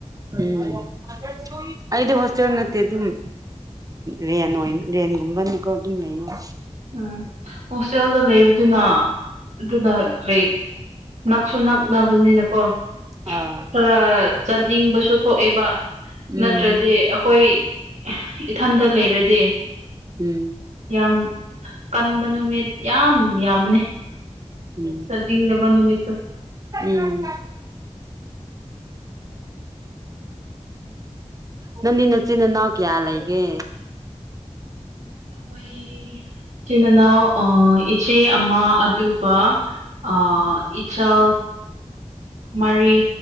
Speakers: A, on the right; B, on the right.
A: ꯎꯝ ꯑꯩꯗꯤ ꯍꯁꯅꯠꯇꯦ ꯑꯗꯨ ꯎꯝ ꯔꯦꯟ ꯔꯦꯟꯒꯨꯝꯕꯅꯀꯣ ꯑꯗꯨꯝ ꯂꯩꯌꯦ
B: ꯎꯝ ꯍꯣꯁꯇꯦꯜꯗ ꯂꯩꯕꯗꯨꯅ ꯑꯗꯨꯅ ꯂꯩ ꯅꯛꯁꯨ ꯅꯛ ꯆꯛꯅꯕꯅꯤꯅꯀꯣ
A: ꯑꯥ
B: ꯈꯔ ꯆꯠꯅꯤꯡꯕꯁꯨ ꯊꯣꯛꯑꯦꯕ ꯅꯠꯇ꯭ꯔꯗꯤ
A: ꯎꯝ
B: ꯑꯩꯈꯣꯏ ꯏꯊꯟꯇ ꯂꯩꯔꯗꯤ
A: ꯎꯝ
B: ꯌꯥꯝ ꯀꯟꯕ ꯅꯨꯃꯤꯠ ꯌꯥꯝ ꯌꯥꯝꯕꯅꯦ
A: ꯎꯝ
B: ꯆꯠꯅꯤꯡꯗꯕ ꯅꯨꯃꯤꯠꯇꯣ
A: ꯎꯝ ꯅꯗꯤ ꯅꯆꯅꯅꯥꯎ ꯀꯌꯥ ꯂꯩ ꯑꯩꯒꯦ
B: ꯑꯩꯈꯣꯏ ꯆꯤꯟꯅꯥꯎ ꯑ ꯏꯆꯦ ꯑꯃ ꯑꯗꯨꯒ ꯑ ꯆ ꯃꯔꯤ